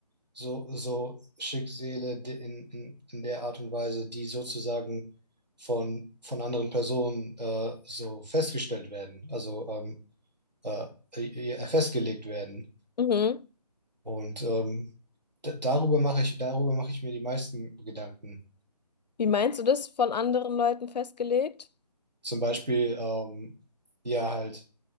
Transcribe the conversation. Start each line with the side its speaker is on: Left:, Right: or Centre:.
Right: so, so Schicksale die in, in, in der Art und Weise, die sozusagen von, von anderen Personen äh, so festgestellt werden, also ähm, äh, äh, festgelegt werden.
Left: Mhm.
Right: Und ähm, d- darüber mache ich, darüber mache ich mir die meisten Gedanken.
Left: Wie meinst du das von anderen Leuten festgelegt?
Right: Zum Beispiel, ähm, ja, halt.